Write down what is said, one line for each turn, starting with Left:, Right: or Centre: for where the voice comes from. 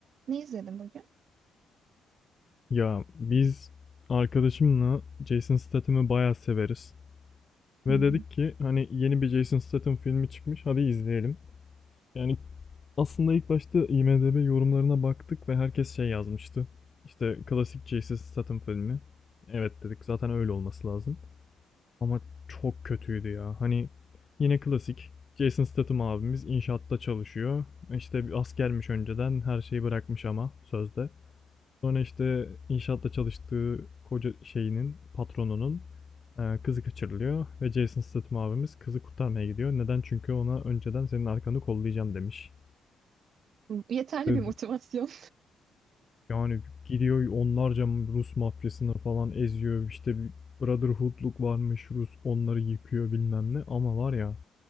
Right: Ne izledin bugün?
Left: Ya biz arkadaşımla Jason Statham'ı bayağı severiz. Ve
Right: Hmm.
Left: dedik ki hani yeni bir Jason Statham filmi çıkmış hadi izleyelim. Yani aslında ilk başta IMDb yorumlarına baktık ve herkes şey yazmıştı. İşte klasik Jason Statham filmi. Evet dedik zaten öyle olması lazım. Ama çok kötüydü ya. Hani yine klasik Jason Statham abimiz inşaatta çalışıyor. İşte bir askermiş önceden her şeyi bırakmış ama sözde. Sonra işte inşaatta çalıştığı koca şeyinin, patronunun eee, kızı kaçırılıyor ve Jason Statham abimiz kızı kurtarmaya gidiyor. Neden? Çünkü ona önceden senin arkanı kollayacağım demiş.
Right: <laughs> Yeterli
Left: Ve
Right: bir motivasyon.
Left: Yani gidiyor onlarca Rus mafyasını falan eziyor. İşte bir Brotherhood'luk varmış Rus onları yıkıyor bilmem ne. Ama var ya